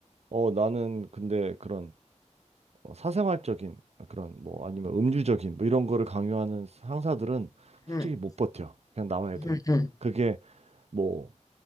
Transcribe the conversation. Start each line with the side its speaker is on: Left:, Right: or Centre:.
Right: 어, 나는 근데 그런 어, 사생활적인 그런 뭐 아니면 음주적인 뭐 이런 거를 강요하는 상사들은 솔직히
Left: 응,
Right: 못 버텨. 그냥 나와야
Left: 응,
Right: 돼.
Left: 응.
Right: 그게 뭐